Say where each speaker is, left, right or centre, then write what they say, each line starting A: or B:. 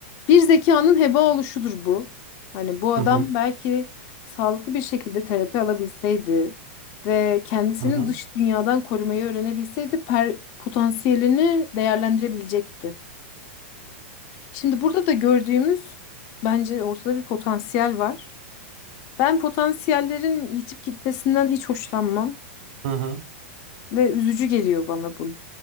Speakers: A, on the left; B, on the right.
A: bir zekanın heba oluşudur bu. Hani bu adam
B: Hı hı.
A: belki sağlıklı bir şekilde terapi alabilseydi ve kendisini
B: Hı hı.
A: dış dünyadan korumayı öğrenebilseydi per- potansiyelini değerlendirebilecekti. Şimdi burada da gördüğümüz bence ortada bir potansiyel var. Ben potansiyellerin yitip gitmesinden hiç hoşlanmam
B: Hı hı.
A: ve üzücü geliyor bana bu.